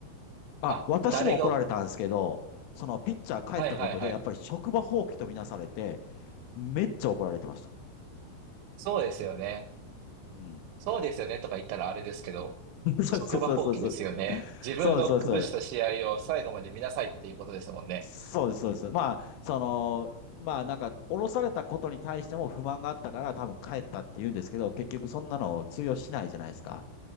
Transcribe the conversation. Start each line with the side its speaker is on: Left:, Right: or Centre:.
Left: あ、
Right: あ、
Left: 私も怒られたんですけど、
Right: 誰がお、
Left: そのピッチャー帰ったことで、
Right: はいはいはい。
Left: やっぱり職場放棄とみなされて、めっちゃ怒られてました。
Right: そうですよね。
Left: うん。
Right: そうですよねとか言ったらあれですけど、
Left: <laughs> そうそうそうそうそう。
Right: 職場放棄ですよね。自分の崩した試合を最後まで見なさいっていうことですもんね。
Left: そうそうそう。そうです、そうです。まあ、その、まあなんか、降ろされたことに対しても不満があったから、多分帰ったって言うんですけど、結局そんなの通用しないじゃないですか。